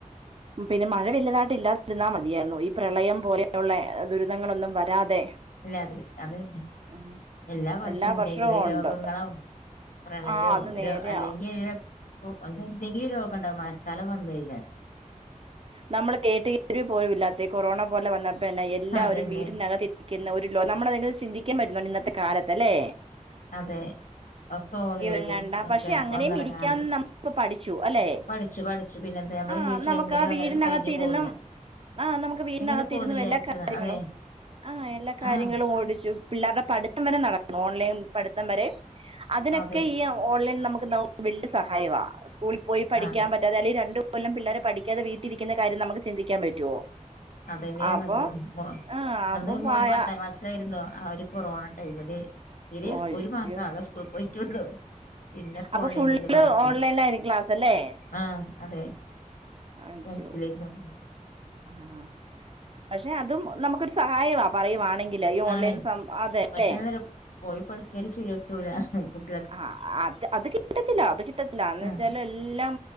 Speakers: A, on the right (about 45°); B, on the left (about 85°).
A: പിന്നെ മഴ വല്ല്യതായിട്ട് ഇല്ലാതിരുന്നാ മതിയായിരുന്നു ഈ പ്രളയം പോലെയുള്ള. ദുരിതങ്ങളൊന്നും വരാതെ.
B: ല്ലാതെ അതെന്നെ
A: ഉം.
B: എല്ലാ വർഷം
A: വർഷവും
B: എന്തെങ്കിലും
A: ഉണ്ട്
B: രോഗങ്ങളും. പ്രളയോ
A: ആ അത് നേരെയാ
B: രോ അല്ലെങ്കി എന്തെന്തെങ്കിലും രോഗണ്ടാവും മഴക്കാലം വന്ന്കഴിഞ്ഞാല്.
A: നമ്മള് കേട്ട് ഇത്തിരിപോലും ഇല്ലാത്ത കൊറോണ പോലെ വന്നപ്പോ തന്നെ എല്ലാവരും
B: അതന്നെ
A: വീടിനകത്ത് ക്കുന്ന ഒരു ലോ നമ്മളഅതെങ്ങനെ ചിന്തിക്കാൻ പറ്റുന്നോ ഇന്നത്തെ കാലത്ത് അല്ലേ
B: അതെ ഒക്കെ ഓൺലൈനും
A: എങ്ങണ്ട
B: ഒക്കെ
A: പക്ഷെ അങ്ങനെയും
B: വന്നിറങ്ങാതെ
A: ഇരിക്കാൻ നമ്മക്ക് പഠിച്ചു അല്ലെ
B: പഠിച്ചു പഠിച്ചു പിന്നെ എന്താ നമ്മള്
A: ആഹ് നമുക്ക്
B: എങ്ങനെയോ
A: ആ വീടിനകത്തി
B: അങ്ങനെ കഴിഞ്ഞു
A: ഇരുന്നും
B: പോകുന്നു
A: ആഹ് നമുക്ക് വീടിനകത്തിരുന്നു
B: എങ്ങനെ പോകുന്നു വിചാരിച്ചത്
A: എല്ലാ കാര്യങ്ങളും
B: അതെ
A: ആഹ് എല്ലാ കാര്യങ്ങളും
B: ആഹ്
A: ഓടിച്ചും പിള്ളേരുടെ പഠിത്തം വരെ നടക്കണു ഓൺലൈൻ പഠിത്തം വരെ അതിനൊക്കെ
B: അതെ
A: ഈ ഓൺലൈൻ നമുക്ക് നമുക്ക് വലിയസഹായവ സ്കൂളിൽ പോയി പഠിക്കാൻ
B: ആഹ്
A: പറ്റാതെ അല്ലെ രണ്ടു കൊല്ലം പിള്ളേരെ പഠിക്കാതെ വീട്ടിരിക്കുന്ന കാര്യം നമ്മക്ക് ചിന്തിക്കൻ പറ്റുവോ
B: അതന്നെയായിത്
A: അപ്പൊ
B: മോൻ
A: ആഹ് അപ്പൊ
B: അന്ന് മോന്
A: പായ
B: പത്താം ക്ലാസ് ത്തയിരുന്നു ആ ഒരു കൊറോണ ടൈമില് ഇതില്
A: അയ്യോ
B: ഒരു മാസം ആകെ സ്കൂളിപോയിട്ടുള്ളു പിന്നെ
A: അപ്പൊ
B: കോളേയ്നേന്ന്
A: ഫുള്ള്
B: ക്ലാസ്
A: ഓൺലൈനിലായിരിക്കും ക്ലാസ് അല്ലേ
B: ആഹ് അതെ
A: അയ്യോ
B: വനത്തിലേക്ക് വന്നു
A: ആഹ് പക്ഷെ അതും നമുക്കൊരു സഹായവ പറയുവാണെങ്കില് ഈ ഓൺലൈൻ
B: ആണേ
A: സം അതെല്ലെ
B: പക്ഷെ പോയി പളിക്കാലും ശെരി ആവുത്തൂല
A: ആഹ് അത് അത് കിട്ടത്തില്ല അത് കിട്ടത്തില്ല എന്ന്
B: ആഹ്
A: വെച്ചാല് എല്ലാം